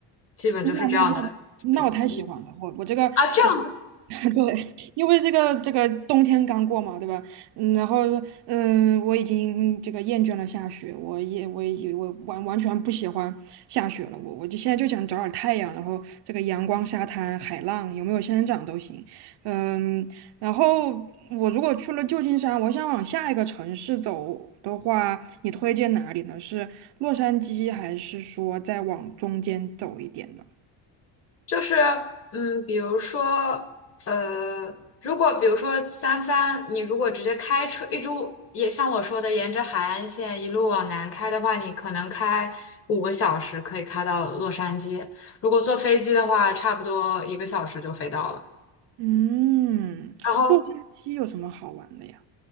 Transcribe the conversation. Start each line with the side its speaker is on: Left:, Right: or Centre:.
Left: 基本就是这样的气候。
Right: 那那那那我太喜欢了，我我这个我
Left: 啊，这样。
Right: <laughs> 对，因为这个这个冬天刚过嘛，对吧？嗯，然后嗯，我已经这个厌倦了下雪，我也我也我完完全不喜欢下雪了，我我就现在就想找点太阳，然后这个阳光、沙滩、海浪，有没有仙人掌都行。嗯，然后我如果去了旧金山，我想往下一个城市走的话，你推荐哪里呢？是洛杉矶，还是说再往中间走一点呢？
Left: 就是嗯，比如说呃，如果比如说三藩，你如果直接开车一路，也像我说的，沿着海岸线一路往南开的话，你可能开五个小时可以开到洛杉矶。如果坐飞机的话，差不多一个小时就飞到了。
Right: 嗯，
Left: 然后
Right: 洛杉矶有什么好玩的呀？